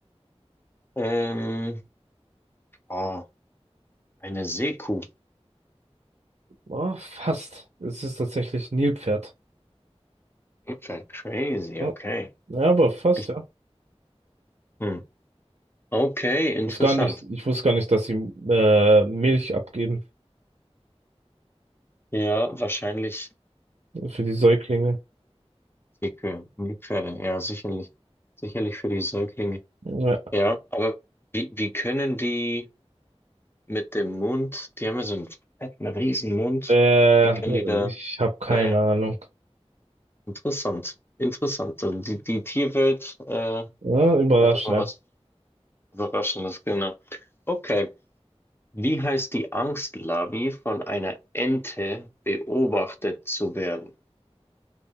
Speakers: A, on the left (about 20°); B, on the right (about 75°).
A: Ähm, oh, eine Seekuh.
B: Ah, fast. Es ist tatsächlich Nilpferd.
A: Nilpferd, crazy,
B: Ja,
A: okay.
B: ja, aber fast,
A: Ich,
B: ja.
A: hm. Okay, interessant.
B: wusste gar nicht, ich wusste gar nicht, dass sie äh, Milch abgeben
A: Ja, wahrscheinlich.
B: für die Säuglinge.
A: Dicke Müllpferde, ja, sicherlich. Sicherlich für die Säuglinge.
B: Ja.
A: Ja, aber wie, wie können die mit dem Mund, die haben ja so einen fetten riesen Mund.
B: Äh,
A: wie können die da,
B: ich habe keine
A: naja,
B: Ahnung.
A: interessant, interessant. Also die, die Tierwelt, äh,
B: Ja, überraschend.
A: hat immer was Überraschendes, genau. Okay, wie heißt die Angstlarvi von einer Ente beobachtet zu werden?